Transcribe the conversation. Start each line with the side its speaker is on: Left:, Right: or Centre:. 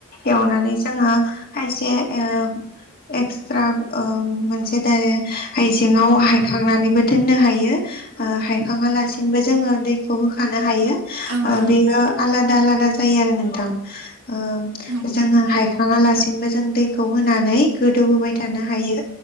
Left: एवनानै जोङो खायसे ओ एक्सट्रा ओं मोनसे दायो आइजें आव
Right: औ
Left: हायखांनानैबो दोननो हायो ओ हायखाङा लासि बिदिनोबो जोङो दैखौ खानो हायो
Right: नोंथां
Left: बेयो
Right: औ नोंथां औ
Left: आलादा आलादा जायो आरो नोंथां। ओ
Right: औ
Left: जोङो हायखाङा लासिनोबो जों दैखौ होनानै गोदौ होबाय थानो हायो